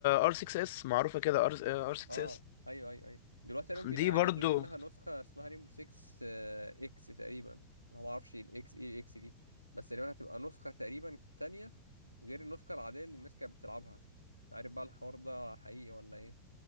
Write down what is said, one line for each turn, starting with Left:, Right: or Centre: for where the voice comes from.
Left: ار 6 اس معروفة كده ار ار 6
Right: اه
Left: اس
Right: ايوه ايوه ايوه دلوقتي تقريبا بين-
Left: دي
Right: هينزلوا
Left: برضو
Right: منها نسخة اسمها ريمبو 6 آه، اكس تقريبا انا ما اعرفش الاكس ايه الاكس دي بس تقريبا هتبقى نسخة تقريبا تانية غير النسخة العادية اللي الناس كانت بتلعبها مش عارف بقى الحوار ده حقيقي ولا